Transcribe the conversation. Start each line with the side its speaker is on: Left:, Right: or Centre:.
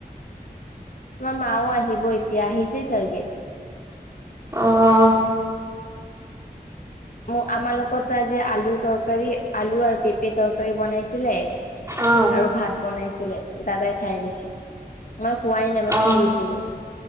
Left: তোমাৰ মাও আহিব এতিয়া আহিছেই চাগে
Right: আহ
Left: ম আমাৰ লগত আজি আলু তৰকাৰী আলু আৰু পেপে তৰকা ৰী বনাইছিলে
Right: অ
Left: আৰু ভাত বনাইছিলে দাদাই খাই গৈছে মই খোৱাই নাই মই
Right: অ
Left: শুই গৈছিলো